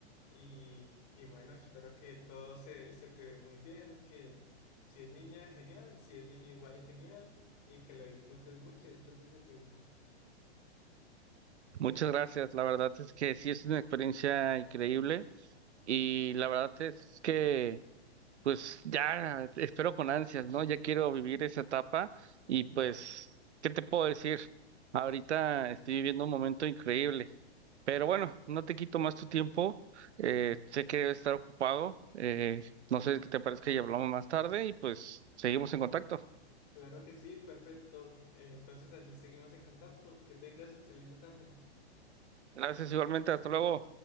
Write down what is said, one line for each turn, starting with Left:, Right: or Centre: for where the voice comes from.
Left: Y, y bueno, espero que todo se, se te dé muy bien, que si es niña, genial, si es niño, igual genial, y que lo disfrutes mucho, disfrutes de tu hijo.
Right: Muchas gracias. La verdad es que sí es una experiencia increíble y la verdad es que pues ya espero con ansias, ¿no? Ya quiero vivir esa etapa y pues, ¿qué te puedo decir? Ahorita estoy viviendo un momento increíble, pero bueno, no te quito más tu tiempo. eh, sé que debes estar ocupado. eh, no sé qué te parece que ya hablamos más tarde y pues seguimos en contacto.
Left: Claro que sí, perfecto. Eh, Entonces allí seguimos en contacto. Que tengas excelente tarde.
Right: Gracias igualmente. Hasta luego.